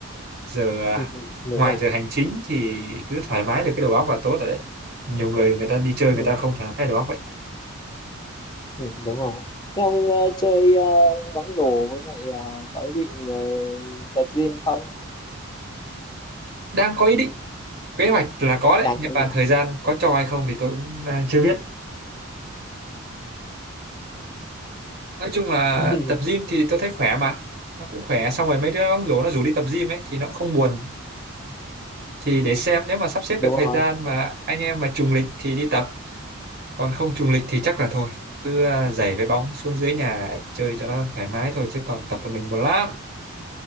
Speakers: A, on the right; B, on the left.
A: giờ
B: <laughs>
A: à,
B: đúng
A: ngoài
B: rồi
A: giờ hành chính thì cứ thoải mái được cái đầu óc là tốt rồi đấy nhiều người người ta đi chơi
B: ừ.
A: người ta không thoải mái đầu óc vậy
B: Ừ, đúng rồi. Thế ông ờ, chơi ờ, bóng rổ với lại ờ, có ý định ờ, tập gym không?
A: đang có ý định kế hoạch là có đấy
B: Đang
A: nhưng
B: có ý
A: mà
B: định.
A: thời gian có cho hay không thì tôi cũng à, chưa biết nói chung là
B: <laughs>
A: tập gym thì tôi thấy khỏe mà nó cũng khỏe xong rồi mấy đứa bóng rổ nó rủ đi tập gym ấy thì nó cũng không buồn thì để xem nếu mà sắp xếp
B: Đúng
A: được thời
B: rồi.
A: gian mà anh em mà trùng lịch thì đi tập còn không trùng lịch thì chắc là thôi cứ à, giày với bóng xuống dưới nhà chơi cho nó thoải mái thôi chứ còn tập một mình buồn lắm